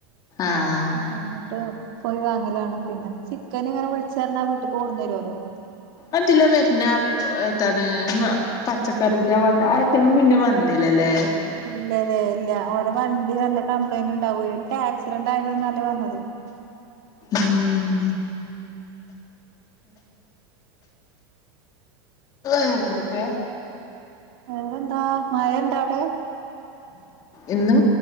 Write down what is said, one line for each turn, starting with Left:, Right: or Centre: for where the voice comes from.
Left: ആഹ്
Right: അങ്ങനെ <unintelligible> പോയി വാങ്ങിലാണ് പിന്നെ ചിക്കൻ വിളിച്ചു പറഞ്ഞാൽ വീട്ടിക്കു കൊണ്ടന്നരുവല്ലോ
Left: അതില വരുന്ന ഇതാണ് പച്ചക്കറിടെ വ ഐറ്റങ്ങൾ പിന്നെ വന്നില്ലല്ലേ
Right: ഇല്ലല്ലേ ഇല്ല ഓര വണ്ടി നല്ല കംപ്ലൈയിന്റ് ഉണ്ടാവും എടക്ക് ആക്സിഡന്റ് ആയത് ഇന്നലെ വന്നത്
Left: ഉം വേറെന്തെക്കെയാ
Right: വേറെന്താ മയ ഇണ്ട അവ്ടെ
Left: ഇന്ന്